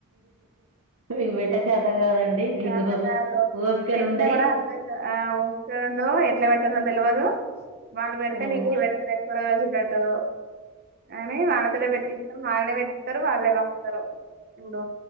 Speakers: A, on the right; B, on the right.
A: మీకు పెట్ట చేత కాదండి మీకు
B: చేత కాదు
A: ఓపికలు
B: పెట్టినా
A: ఉండయి
B: కూడా అంత ఆ ఓ ండవు ఎట్లా పెట్టానో తెలియదు వాళ్ళు పెడితే
A: ఉమ్
B: న ఇంటికి పెడతారు ఎ కూర రోజుటట్టు <unintelligible> కానీ వాళ్ళతోటే పెట్టిస్తాం వాళ్ళే పెట్టితరు వాళ్ళే పంపుతరు ఇప్పుడు